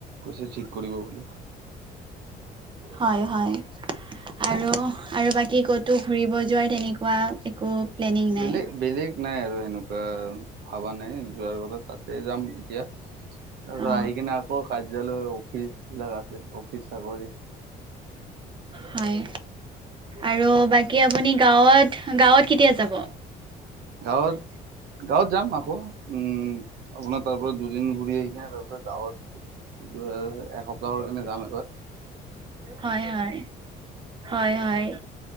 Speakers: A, on the right; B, on the right.
A: কৈছে ঠিক কৰিব বুলি
B: হয় হয় আৰু আৰু বাকী ক'তো ঘূৰিব যোৱাৰ তেনেকুৱা একো প্লেনিং নাই
A: বেলেিগ বেলেিগ নাই আৰু তেনেকুৱা ভাবা নাই যোৱাৰ কথা তাতে যাম এতিয়া তাৰপিছত
B: অ
A: আহি কিনে আকৌ ালৈ অফিচ বিলাক আছে অফিচ চাকৰি
B: হয় আৰু বাকী আপুনি গাঁৱত গাঁৱত কেতিয়া যাব?
A: গাঁৱত গাঁৱত যাম আকৌ উম আপোনাৰ তাৰ পৰা দুদিন ঘূৰি আহনে তাৰপত যাৱত কিন্ত এসপ্তাহৰ কাৰণে যাম এইবাৰ
B: হয় হয় হয় হয়